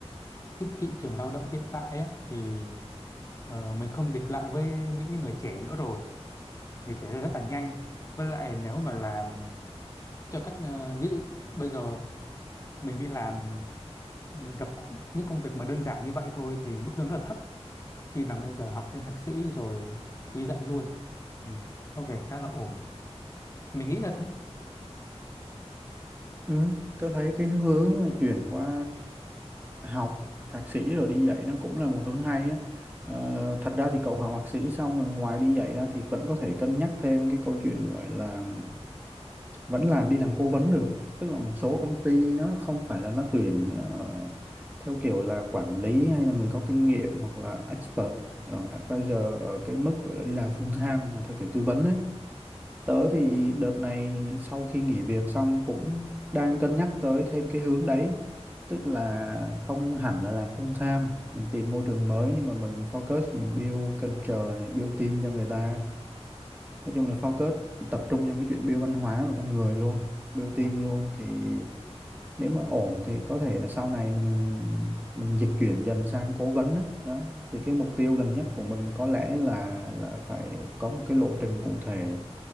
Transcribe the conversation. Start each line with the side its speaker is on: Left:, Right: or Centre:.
Left: cái thị trường lao động hiện tại á thì ờ, mình không địch lại với những cái người trẻ nữa rồi người trẻ giờ rất là nhanh với lại nếu mà làm cho các ờ, ví dụ bây giờ mình đi làm đập những công việc mà đơn giản như vậy thôi thì mức lương rất là thấp chỉ bằng bây giờ học lên thạc sĩ rồi đi dạy luôn ừ. có vẻ khá là ổn mình nghĩ là thế
Right: Ừ, tôi thấy cái hướng mà chuyển qua học thạc sĩ rồi đi dạy nó cũng là một hướng hay á. Ờ, thật ra thì cậu học thạc sĩ xong rồi ngoài đi dạy ra thì vẫn có thể cân nhắc thêm cái câu chuyện gọi là vẫn làm đi làm cố vấn được tức là một số công ty nó không phải là nó tuyển ờ, theo kiểu là quản lý hay là người có kinh nghiệm hoặc là expert ờ, advisor ở cái mức gọi là đi làm full time mà theo kiểu tư vấn ấy tớ thì đợt này sau khi nghỉ việc xong cũng đang cân nhắc tới thêm cái hướng đấy tức là không hẳn là làm full time mình tìm môi trường mới nhưng mà mình focus mình build culture này build team cho người ta nói chung là focus tập trung trong cái chuyện build văn hóa và con người luôn build
Left: Ồ.
Right: team luôn thì nếu mà ổn thì có thể là sau này mình mình dịch chuyển dần sang cố vấn đó, đó. thì cái mục tiêu gần nhất của mình có lẽ là là phải có một cái lộ trình cụ thể